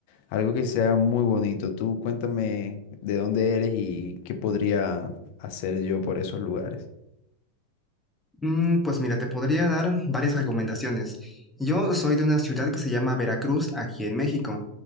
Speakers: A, on the left; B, in the centre.
A: algo que sea muy bonito. Tú cuéntame de dónde eres y qué podría hacer yo por esos lugares.
B: Mm, pues mira, te podría dar varias recomendaciones. Yo soy de una ciudad que se llama Veracruz, aquí en México.